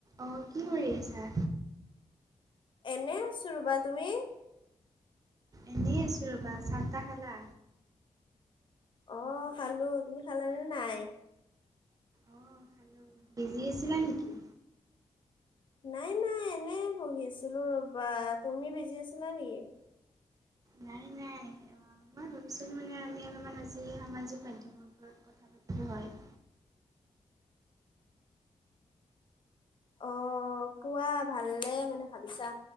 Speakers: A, on the right; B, on the left.
A: অ কি কৰি আছা?
B: এনে আছো ৰ'বা তুমি
A: এনেই আছো ৰবা। চাহ টাহ খালা।
B: অ খালো? তুমি খালানে নাই?
A: অ খালো। বিজি আছিলা নেকি?
B: নাই নাই এনে পঢ়ি আছিলো ৰবা। তুমি বিজি আছিলা নেকি?
A: নাই নাই। মই ভাবিছিলোঁ মানে আমি অলপমান আজি সামাজিক মাধ্যমৰ ওপৰত কথা পাতিলো হয়। <inaudible>
B: অ কোৱা ভালে মানে ভাবিছা